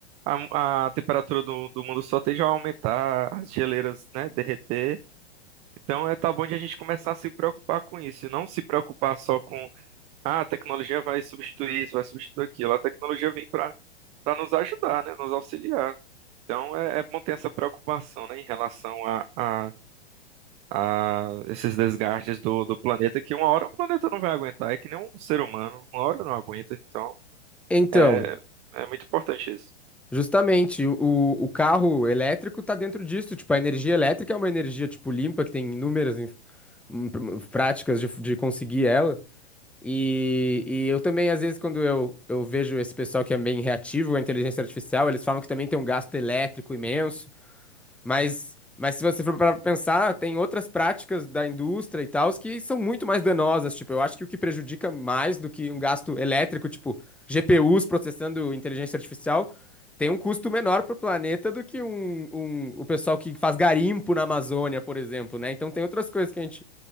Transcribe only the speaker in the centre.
Então,
justamente, o, o o carro elétrico tá dentro disso. Tipo, a energia elétrica é uma energia, tipo, limpa, que tem inúmeras inf- hum, pr- hum, práticas de, de conseguir ela. E, e eu também, às vezes, quando eu, eu vejo esse pessoal que é meio reativo à inteligência artificial, eles falam que também tem um gasto elétrico imenso. Mas, mas se você for para pensar, tem outras práticas da indústria e tal que são muito mais danosas. Tipo, eu acho que o que prejudica mais do que um gasto elétrico, tipo GPUs processando inteligência artificial, tem um custo menor para o planeta do que um, um- o pessoal que faz garimpo na Amazônia, por exemplo, né? Então tem outras coisas que a gente